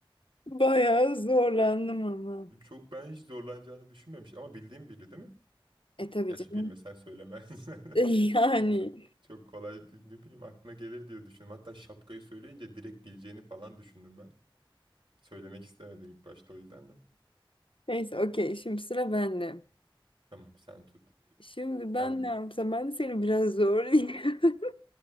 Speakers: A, on the left (about 75°); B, on the right (about 65°).
A: Bayağı zorlandım ama.
B: Çok ben hiç zorlanacağını düşünmemiş ama bildiğim biri değil mi?
A: E tabii
B: Gerçi
A: canım.
B: bilmesen söylemez.
A: <laughs>
B: <laughs>
A: Yani.
B: Çok çok kolay ne bileyim aklına gelir diye düşündüm. Hatta şapkayı söyleyince direkt bileceğini falan düşündüm ben. Söylemek istemedim ilk başta o yüzden de.
A: Neyse okey. Şimdi sıra bende.
B: Tamam sen tut.
A: Şimdi ben
B: Yani
A: ne yapsam? Ben de seni biraz zorlayayım. <laughs>